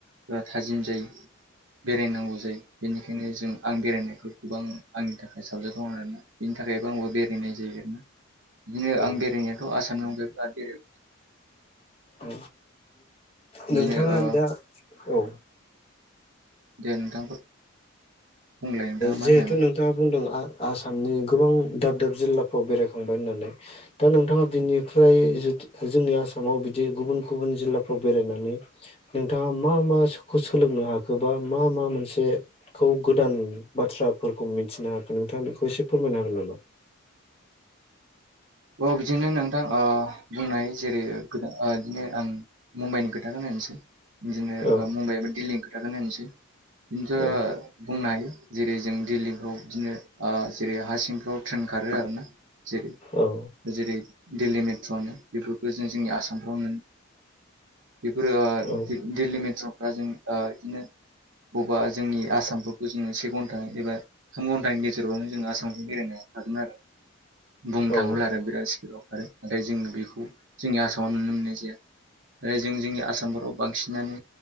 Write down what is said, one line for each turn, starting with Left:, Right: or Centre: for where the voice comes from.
Right: ओ थाजिम जायो बेरायनांगौ जायो। बेनिखायनो जों आं बेरायनायखौ गोबां आंनि थाखाय साबजाथाव होननानै बेनि थाखायबो आंबो बेरायनाय जायो। बिदिनो
Left: औ
Right: आं बेरायनायाथ' आसामनि अनगायै <unintelligible>
Left: औ
Right: बिदिनो
Left: नोंथाङा
Right: ओ
Left: दा औ।
Right: दे नोंथां बुंलाय नोंथाङा मा
Left: जिहेथु
Right: होननायमोन
Left: नों दा बुंदों आ-आसामनि गोबां दाब-दाब जिल्लाफ्राव बेरायखांबाय होननानै दा नोंथाङा बिनिफ्राय जुदि जोंनि आसामाव बिदि गुबुन गुबुन जिल्लाफ्राव बेरायनानै नोंथाङा मा माखौ सोलोंनो हाखोबा मा मा मोनसे खौ गोदान बाथ्राफोरखौ मिथिनो हाखो नोंथाङा बेखौ एसे फोरमायनो हागोन नामा।
Right: औ बिदिनो नोंथां ओ बुंनाय जेरै गोदान ओ बिदिनो आं मुम्बाइनि खोथाखौनो होनसै। बिदिनो
Left: औ
Right: ओ मुम्बाइ एबा दिल्लीनि खोथाखौनो होनसै बिनोथ
Left: औ
Right: बुंनो हायो जेरै जों दिल्लीफ्राव बिदिनो ओ जेरै हा सिंफ्राव ट्रेन खारो आरो ना। जेरै
Left: औ।
Right: जेरै दिल्ली मेट्र'नो बेफोरखौ जों जोंनि आसामफ्रावनो बेफोरो
Left: औ
Right: दिल्ली मेट्र'फ्रा जों ओ बिदिनो बबेबा जोंनि आसामफोरखौ जोङो से घन्टा एबा थाम घन्टानि गेजेरावनो जोङो आसामखौ बेरायनो हागोन आरो बुंनो
Left: औ
Right: थाङोब्ला आरो। बिराद स्पिडाव खारो नाथाय जोङो बेखौ जोंनि आसामाव नुनो मोननाय जाया। आरो जों जोंनि आसामफोराव बांसिनानो